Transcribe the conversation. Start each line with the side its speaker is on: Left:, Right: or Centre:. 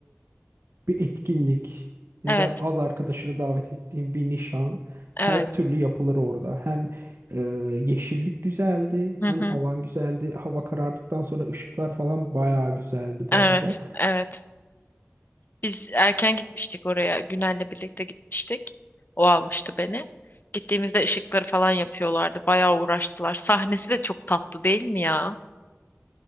Right: bir etkinlik ya
Left: Evet,
Right: da az arkadaşını davet ettiğin bir nişan
Left: evet.
Right: her türlü yapılır orada. Hem e, yeşillik güzeldi,
Left: Hı
Right: hem
Left: hı.
Right: alan güzeldi. Hava karardıktan sonra ışıklar falan bayağı güzeldi bu
Left: Evet,
Right: arada.
Left: evet. Biz erken gitmiştik oraya. Günel'le birlikte gitmiştik. O almıştı beni. Gittiğimizde ışıkları falan yapıyorlardı. Bayağı uğraştılar. Sahnesi de çok tatlı değil mi ya?